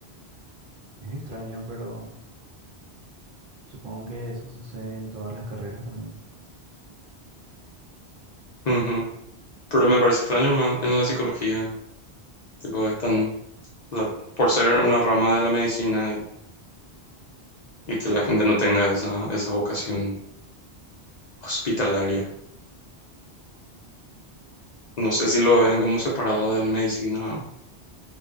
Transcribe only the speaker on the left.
Ujú. Pero me parece extraño hermano, en la psicología, tipo, están, o sea, por ser una rama de la medicina y, y que la gente no tenga esa, esa vocación hospitalaria. No sé si lo ven como separado de la medicina.